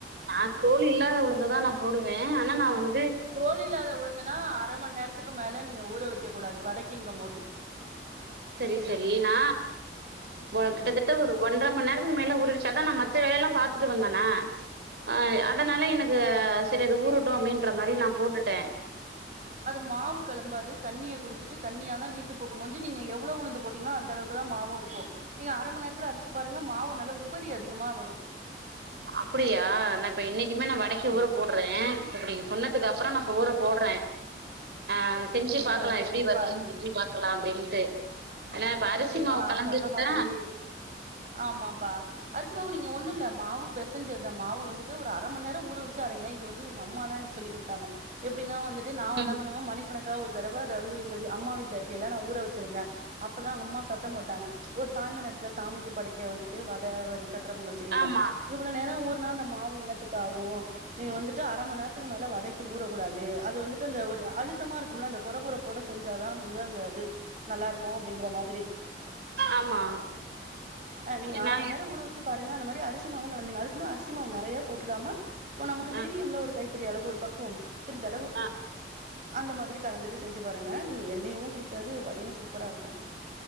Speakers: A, on the right; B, on the right.
A: நா தோல் இல்லாத உளுந்ததா நா போடுவே ஆனா நா வந்
B: தோல் இல்லாத உழுந்துனா அர மண் நேரத்துக்கு மேல நீங்க ஊற வைக்க கூடாது வடக்கிங்கு போது
A: சரி சரினா ஒ கிட்டதட்
B: ம்.
A: ட ஒரு ஒன்றரை மண் நேரத்துக்கு மேல ஊறிடுச்சி அதா நா மத்த வேலயெல்லா பாத்துட்டு வந்தோனே அ அதனால எனக்கு அது செரி அது ஊறட்டு அப்டின்ற மாரி நா போட்டுட்டே
B: அது மாவு களம்பாது தண்ணிய குடிச்சுட்டு தண்ணியா தா நீத்து போகு ஒளிஞ்சி நீங்க எவ்ளோ உளுந்து போட்டீங்களோ அந்த அளவு க்கு தா மாவு இருக்கு நீங்க அர மண் நேரத்துல அரைச்சு பாருங்க மாவு நல்ல உபரி அதிகமா வரு
A: அப்டியா நா இப்ப இன்னைக்குமே நா வடக்கி
B: ஆ
A: ஊற போ ட்றே இப்பக்கு நீங்க சொன்னதுக்கு அப்றோ நா இப்ப ஊர போட்றே அ செஞ்சு
B: நீங்க
A: பாக்கலா
B: செஞ்சு
A: எப்டி வர்றதுன்னு
B: பாருங்க.
A: செஞ்சு பாக்கலா அப்டின்னுட்டு என்னா இப்ப அரசி
B: நிச்சயமா
A: மாவு
B: நான்
A: கலந்துகிட்ட
B: சொன்ன மாதிரி ஆமாப்பா அரிசி மா நீங்க ஒண்ணு இல்ல மாவு பெசஞ்சு அந்த மாவு வந்துட்டு ஒரு அர மணி நேரோ ஊற வச்சு அரைங்க இது வந்து எங்க அம்மா தா எனக்கு சொல்லி குடுத்தாங்க எப்டின்னா வந்துட்டு நா
A: ம்
B: என்ன பண்ணுவே மணிக்கணக்கா ஒரு தடவ அதாவ்து எங்க அம்மா வீட்டுல இருக்கையில நா ஊற வச்சிருந்தே அப்பதா அம்மா சத்தோ போட்டாங்க ஒரு சாய்ந்த நேரத்துல சாமிக்கு படைக்க வந்துட்டு வட ஒரு சக்கர பொங்கல் செய்யில
A: ஆமா
B: இவ்ளோ நேரோ ஊர்னா அந்த மாவு எண்ணத்துக்கு ஆவு நீ வந்துட்டு அர மண் நேரத்துக்கு மேல வடக்கி ஊற கூடாது அது வந்துட்டு அந்த ஒரு அழுத்தமா இருக்கும்ல அந்த கொற கொறப்போட செஞ்சாதா அது வந்து அந்த அது நல்லா இருக் கு அப்டிங்கிற மாதிரி
A: ஆமா
B: அ நீங்க அர
A: நா
B: மண் நேரோ ஊர வச்சு பாருங்க அந்த மாரி அரிசி மாவு கலந்திங்க அதுக்குன்ன அரிசி மாவு நறைய போட்டுடாம போ நமக்கு
A: ஆ
B: தெரியும்ல ஒரு கை புடி அளவு ஒரு பக்குவோ சிரிதளவு
A: ஆ
B: அந்த மாதிரி கலந்துட்டு செஞ்சு பாருங்க நீங்க எண்ணெயவு குடிக்காது வடையு சூப்பரா இருக்கு